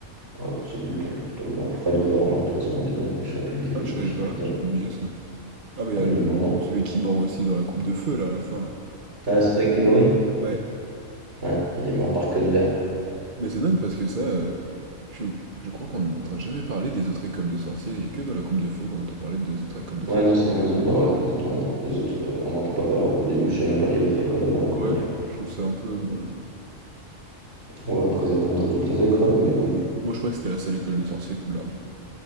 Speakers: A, on the right; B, on the right.
A: Euh, je sais plus lequel, je t'avoue, ouais, Fred ou George, hein, de toute façon, un des deux, mais je sais plus lequel,
B: Ah, je savais
A: euh, je
B: pas,
A: sais plus te dire.
B: j'ai oublié ça. Ah, bah,
A: Ouais,
B: y a le,
A: il est
B: le-
A: mort dans.
B: celui qui meurt aussi dans la coupe de feu, là, à la fin, là.
A: Ah, Cédric Diggory?
B: Ouais.
A: Ouais, il est mort par queue de verre.
B: Mais c'est dingue parce que ça, euh, tu, je crois qu'on n'entend jamais parler des autres écoles de sorciers. Il Y a que dans la coupe de feu qu'on entend parler des autres écoles de
A: Ouais,
B: sorciers.
A: non, sinon les autres, bah ouais, les autres, on, les autres, euh, on n'entend pas parler, alors qu'au début, je savais même pas qu'il y a d'autres écoles avant la Coupe
B: Ouais,
A: de Feu.
B: je trouve ça un peu bon.
A: Ouais, après, ils n'ont pas montré toutes les écoles, mais oui,
B: Moi, je croyais que c'était la seule école de sorciers, Poudlard, du coup.